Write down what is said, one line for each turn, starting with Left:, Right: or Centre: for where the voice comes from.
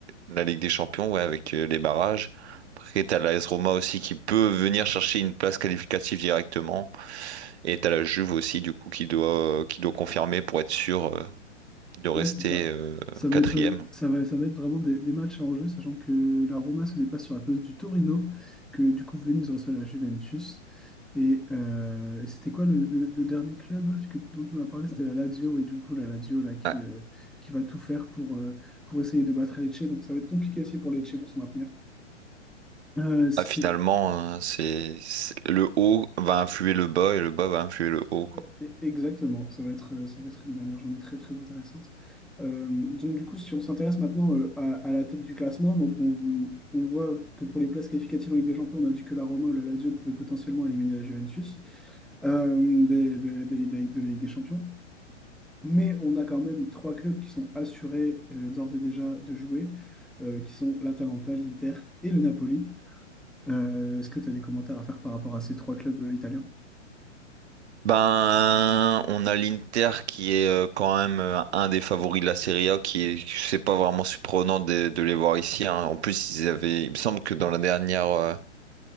Right: la Ligue des Champions, ouais, avec euh, les barrages. Après, t'as la AS Roma aussi qui peut venir chercher une place qualificative directement. Et t'as la Juve aussi, du coup, qui doit, qui doit confirmer pour être sûr. euh, de rester
Centre: Ouais, c'est ça.
Right: euh,
Centre: Ça va
Right: quatrième.
Centre: être, ça va, ça va être vraiment des, des matchs à enjeu, sachant que la Roma se déplace sur la place du Torino, que du coup, Venise reçoit la Juventus. Et euh, c'était quoi le, le- le dernier club que- dont tu m'as parlé? C'était la Lazio. Et du coup, la Lazio là, qui,
Right: Ah,
Centre: euh, qui va tout faire pour, euh, pour essayer de battre Lecce. Donc ça va être compliqué aussi pour Lecce pour se maintenir. Euh, ce
Right: ah, finalement,
Centre: qui est
Right: euh, c'est c'est- le haut va influer le bas et le bas va influer le haut, quoi.
Centre: e- exactement, ça va être, euh, ça va être une dernière journée très très intéressante. Euh, donc du coup, si on s'intéresse maintenant euh, à, à la tête du classement, donc on, on voit que pour les places qualificatives en Ligue des Champions, on a dit que la Roma ou la Lazio pouvaient potentiellement éliminer la Juventus euh, des- de, de de la Ligue de la Ligue des Champions. Mais on a quand même trois clubs qui sont assurés euh, d'ores et déjà de jouer, euh, qui sont l'Atalanta, l'Inter et le Napoli. Euh, est-ce que tu as des commentaires à faire par rapport à ces trois clubs euh, italiens?
Right: Ben, on a l'Inter qui est euh, quand même euh, un des favoris de la Serie A, qui est, c'est pas vraiment surprenant de, de les voir ici. hein. En plus, ils avaient, il me semble que dans la dernière euh,